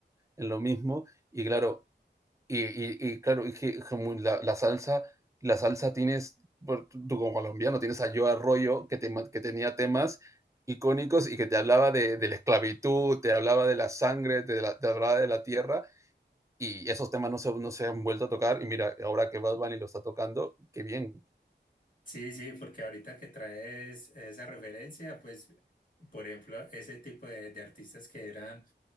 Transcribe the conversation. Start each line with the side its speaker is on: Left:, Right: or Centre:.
Right: en lo mismo y claro, y, y- y claro, y que como la, la salsa, la salsa tienes, por- tú como colombiano tienes a Yo Arroyo que, tema- que tenía temas icónicos y que te hablaba de, de la esclavitud, te hablaba de la sangre, te, la- te hablaba de la tierra y esos temas no se, no se han vuelto a tocar. Y mira, ahora que Bad Bunny lo está tocando, qué bien.
Left: Sí, sí, porque ahorita que traes esa referencia, pues, por ejemplo, ese tipo de, de artistas que eran